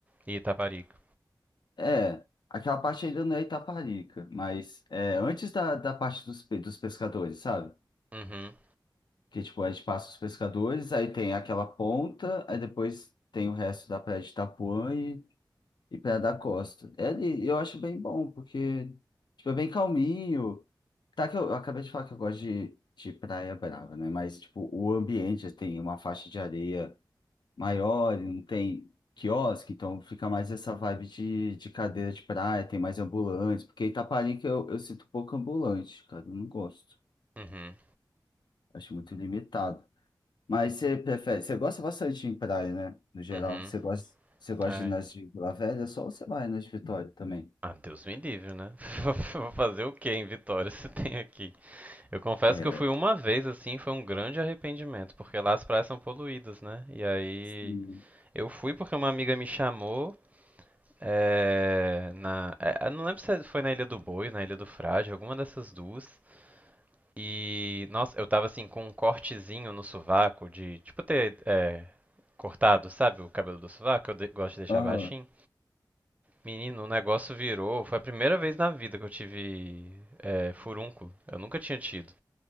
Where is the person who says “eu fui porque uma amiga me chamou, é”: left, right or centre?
Right